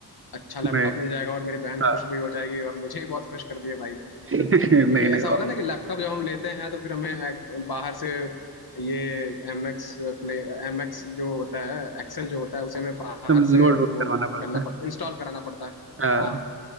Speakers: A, on the left (about 65°); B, on the right (about 35°).
A: अच्छा लैपटॉप
B: नहीं
A: मिल जाएगा और मेरी बहन
B: हाँ,
A: खुश भी हो जाएगी और मुझे ही बहुत खुश कर दिए भाई
B: <laughs> नहीं
A: क्योंकि ऐसा
B: नहीं और
A: होता है ना कि लैपटॉप जब हम लेते हैं तो फिर हमें एक- बाहर से ये M X play M X जो होता है एक्सेल जो होता है उसे हमें बाहर
B: सब
A: से
B: लोड वोड
A: वो
B: करवाना पड़ता
A: करना
B: है
A: पड़ता इंस्टॉल कराना पड़ता है
B: हाँ
A: हाँ